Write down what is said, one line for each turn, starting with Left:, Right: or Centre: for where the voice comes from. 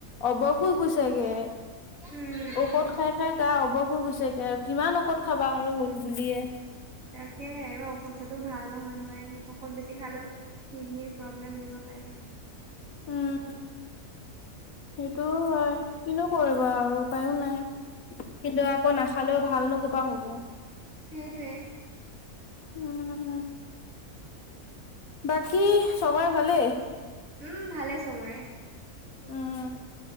Left: অৱস হৈ গৈছে গে।
Right: উম
Left: ঔষত খাই খাই গা অব অৱস হৈ গৈছে গে আৰু কিমান ঔষধ খাবা আৰু হ'ল বুলিয়ে।
Right: তাকেহে ইমাম ঔষধ খোৱাটো ভাল নহয় নহয় ঔষধ বেছি খালেও কিডনিৰ প্ৰব্লেম দিব পাৰে। <inaudible>
Left: উম, সেইটো হয়। কিন্তু কৰিবা আৰু উপায়ো নাই কিন্তু আকৌ নাখালেও ভাল নো ক'ৰ পা হ'ব।
Right: সেইটোৱে।
Left: উম, উম বাকী চবৰে ভালেই?
Right: উম, ভালে চবৰে <unintelligible>
Left: উম